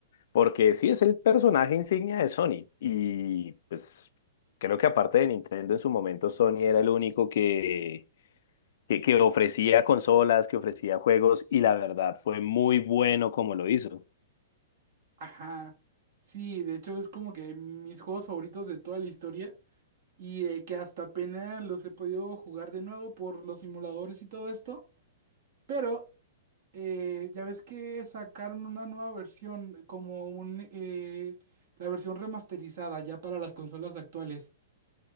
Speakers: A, on the left; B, on the right.
A: porque sí es el personaje insignia de Sony. Y pues creo que aparte de Nintendo en su momento, Sony era el único que, que, que ofrecía consolas, que ofrecía juegos, y la verdad fue muy bueno como lo hizo.
B: Ajá. Sí, de hecho es como que mis juegos favoritos de toda la historia. y eh, que hasta apenas los he podido jugar de nuevo por los simuladores y todo esto, pero eh, ya ves que sacaron una nueva versión, como un, eh, la versión remasterizada ya para las consolas actuales.